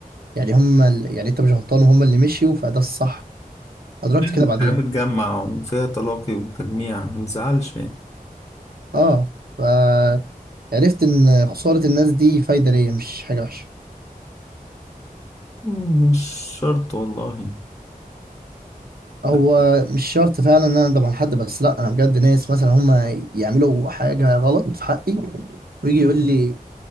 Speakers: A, on the right (about 80°); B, on the left (about 20°).
A: يعني هم ال... يعني انت مش غلطان وهم اللي مشيوا فده الصح أدركت كده
B: الحياة
A: بعدين
B: بتجمع وفيها تلاقي وتجميع ما تزعلش يعني
A: اه فعرفت إن خسارة الناس دي فايدة ليا مش حاجة وحشة
B: مم، مش شرط والله بس
A: هو مش شرط فعلا إن أنا أندم على حد بس لأ أنا بجد ناس مثلا هما يعملوا حاجة غلط في حقي ويجي يقول لي